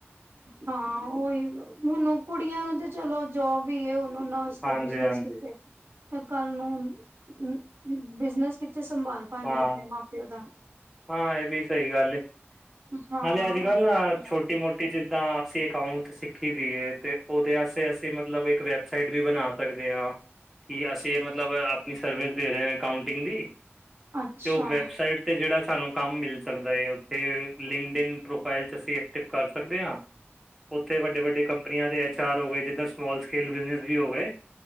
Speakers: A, on the right; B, in the centre.
A: ਹਾਂ ਉਹੀ ਹੁਣ ਕੁੜੀਆਂ ਨੂੰ ਤੇ ਚਲੋ ਜੋਬ ਹੀ ਹੁਣ ਉਹਨਾਂ
B: ਹਾਂਜੀ,
A: ਬਿਜਨੇਸ
B: ਹਾਂਜੀ,
A: ਕਿਥੇ ਫੇਰ ਕੱਲ ਨੂੰ ਬਿਜਨਸ ਕਿੱਥੇ ਸੰਭਾਲ ਪਾਉਣਗੇ
B: ਹਾਂ,
A: ਆਪਣੇ ਮਾਂ ਪਿਓ ਦਾ
B: ਹਾਂ ਇਹ ਵੀ ਸਹੀ ਗਾਲ ਹੈ,
A: ਹਾਂ
B: ਨਾਲੇ ਆਜ ਕਾਲ ਨਾ ਛੋਟੀ ਮੋਟੀ ਜਿੱਦਾਂ ਅਸੀਂ ਅਕਾਊਂਟ ਸਿੱਖੀ ਹੋਈ ਏ ਤੇ ਉਹਦੇ ਵਸਤੇ ਅਸੀਂ ਮਤਲਬ ਇੱਕ ਵੈਬਸਾਈਟ ਵੀ ਬਣਾ। ਸਕਦੇ ਹਾਂ। ਕੀ ਅਸੀਂ ਮਤਲਬ ਆਪਣੀ ਸਰਵਿਸ ਦੇ ਰਹੇ ਹ ਅਉਟਿੰਗ ਦੀ
A: ਅੱਛਾ
B: ਤੇ ਉਹ ਵੈਬਸਾਈਟ ਤੇ ਜਿਹੜਾ ਸਾਨੂੰ ਕੰਮ ਮਿਲ ਸਕਦਾ ਹੈ, ਉੱਥੇ ਲਿੰਕਡ ਇਨ ਪ੍ਰੋਫਾਈਲ 'ਚ ਅਸੀਂ ਐਕਟਿਵ ਕਰ ਸਕਦੇ ਹਾਂ। ਉੱਥੇ ਵੱਡੇ, ਵੱਡੇ ਕੰਪਨੀਆਂ ਦੇ ਐਚ ਆਰ ਹੋਵੇ ਜਿੱਦਾਂ ਸਮੋਲ ਸਕੇਲ ਬਿਜਨੇਸ ਵੀ ਹੋਗੇ।